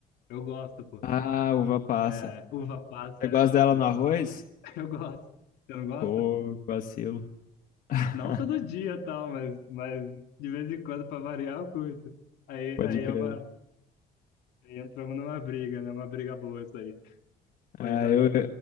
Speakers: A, on the left; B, on the left.
A: Eu gosto, pô.
B: Ah, uva passa.
A: É, uva passa,
B: Você
A: é,
B: gosta
A: nossa,
B: dela no arroz?
A: <laughs> eu gosto. Você não gosta?
B: Pô, que vacilo. <laughs>
A: Não todo dia, tal, mas, mas de vez em quando, pra variar, eu curto. Aí,
B: Pode
A: aí é
B: crer.
A: uma. Aí entramos numa briga, né? Uma briga boa isso aí. <laughs> Foi
B: É,
A: dar.
B: eu,